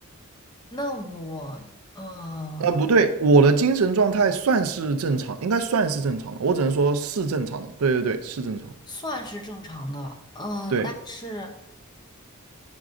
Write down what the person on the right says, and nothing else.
啊，不对，我的精神状态算是正常，应该算是正常的。我只能说是正常的。对对对，是正常的
对，